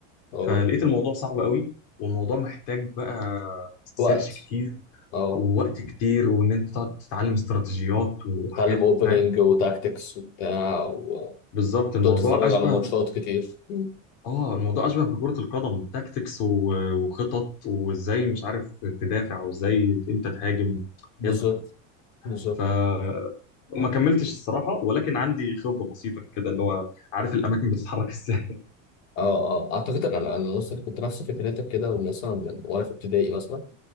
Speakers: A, on the left; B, on the left.
A: أه
B: فلقيت الموضوع صعب قوي والموضوع محتاج بقى سيرش
A: وقت
B: كتير
A: أه
B: ووقت كتير وان انت تقعد تتعلم استراتيجيات وحاجات
A: وتتعلم أوبننج
B: فاهم
A: وتاكتكس وبتاع وتقعد
B: بالظبط الموضوع
A: تتفرج
B: اشبه
A: على ماتشات كتير أمم.
B: اه الموضوع اشبه بكرة القدم تاكتكس و- وخطط وازاي مش عارف تدافع وازاي امتى تهاجم
A: بالظبط
B: كده
A: بالظبط
B: ف ما كملتش الصراحة ولكن عندي خبرة بسيطة كده اللي هو عارف الاماكن بتتحرك ازاي
A: اه اه اعتقد ان انا انا نفس كنت نفس فكرتك كده ومثلا من وانا في ابتدائي مثلا